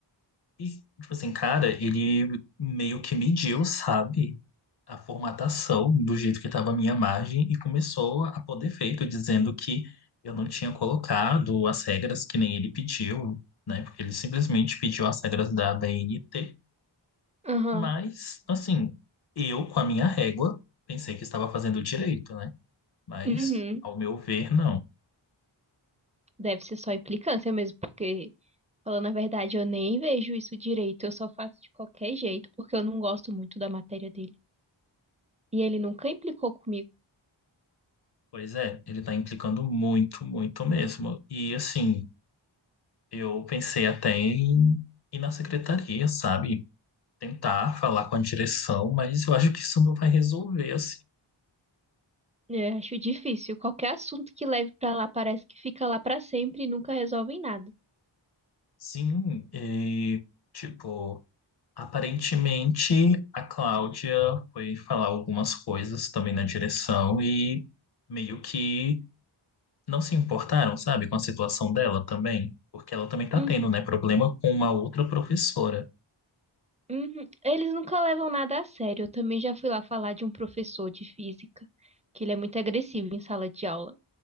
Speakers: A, on the left; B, on the right.
A: E, tipo assim, cara, ele meio que mediu, sabe, a formatação do jeito que estava a minha margem e começou a pôr defeito, dizendo que eu não tinha colocado as regras que nem ele pediu, né? Porque ele simplesmente pediu as regras da BNT,
B: Aham.
A: mas, assim, eu, com a minha régua, pensei que estava fazendo direito, né? Mas,
B: Uhum.
A: ao meu ver, não.
B: Deve ser só implicância mesmo, porque, falando a verdade, eu nem vejo isso direito. Eu só faço de qualquer jeito, porque eu não gosto muito da matéria dele. E ele nunca implicou comigo.
A: Pois é, ele tá implicando muito, muito mesmo. E, assim. Eu pensei até em ir na secretaria, sabe? Tentar falar com a direção, mas eu acho que isso não vai resolver, assim.
B: É, acho difícil. Qualquer assunto que leve pra lá parece que fica lá pra sempre e nunca resolvem nada.
A: Sim, e, tipo, aparentemente a Cláudia foi falar algumas coisas também na direção e meio que não se importaram, sabe, com a situação dela também, porque ela também tá
B: Uhum,
A: tendo, né, problema com uma outra professora.
B: uhum. Eles nunca levam nada a sério. Eu também já fui lá falar de um professor de física, que ele é muito agressivo em sala de aula.